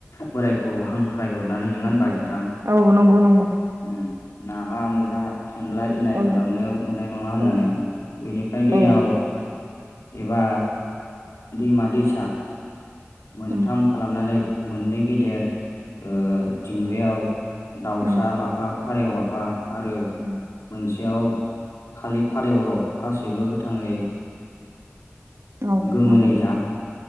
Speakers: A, on the left (about 75°); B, on the right (about 75°).
A: बोराइखौ हां ख्रायहरनानै नङा
B: ओमफ्राय
A: होनबा नोंथां?
B: औ नंगौ नंगौ
A: उ नाहा मैहा थांब्ला इनाय
B: औ
A: खालामनो मोननाय नङा होननानै
B: औ
A: बेनिफ्राय दैयाव
B: औ
A: एबा दैमा दैसा मोनथाम
B: उम
A: खालामनानै मोननै गेदेर ओ दिंग्रायाव दाउसा
B: उम
A: माफा फारेव माफा आरो
B: उम
A: मोनसेयाव खालि फारेवल' गासैबो गोथाङै
B: औ
A: गोमोनै
B: नोंथां
A: जाग